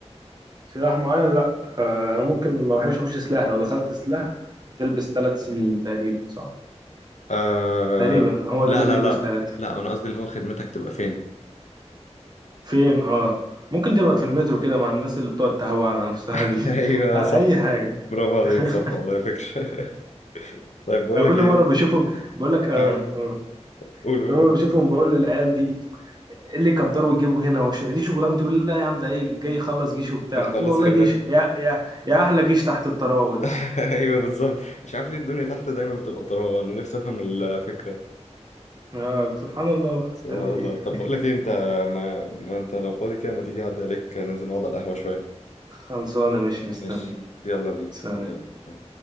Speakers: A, on the right; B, on the left.
A: سلاح معين لا آه أنا ممكن ما بحبش أخش سلاح لو دخلت سلاح هتلبس ثلاث سنين تقريبا صح؟
B: آه
A: تقريبا هو
B: لا
A: ده اللي
B: لا
A: بيلبس
B: لا
A: ثلاثة
B: لا انا قصدي اللي هو خدمتك تبقى فين
A: فين اه ممكن تبقى في المترو كده مع الناس اللي بتقعد تهوى على نفسها دي
B: <laughs>
A: <laughs>
B: ايوه
A: آه،
B: صح
A: اي حاجة
B: برافو عليك
A: <laughs>
B: صح والله فكرة <laughs> طيب بقول
A: أنا
B: لك
A: كل
B: ايه
A: مرة بشوفهم بقول لك اه
B: اه
A: اه
B: قول قول
A: كل مرة
B: قول
A: بشوفهم بقول للعيال دي إيه اللي يقدروا يجيبوا هنا وش دي شغلانتي يقول لي لا يا عم ده أي- جاي يخلص جيش وبتاع
B: إيه،
A: قلت
B: خلص
A: له والله
B: خدمتك
A: جيش يا يا يا احلى جيش تحت الطراوة ده
B: <laughs> ايوه بالظبط مش عارف ليه الدنيا تحت دايما بتبقى طراوه انا نفسي افهم الفكره
A: اه سبحان الله
B: سبحان
A: تعمل
B: الله
A: ايه
B: طب
A: <laughs>
B: بقول لك ايه انت ما, ما انت لو فاضي كده ما تيجي اعدي عليك ننزل نقعد على القهوه شويه
A: خلصانة ماشي مستني
B: ماشي يلا بينا
A: سلام
B: يلا بينا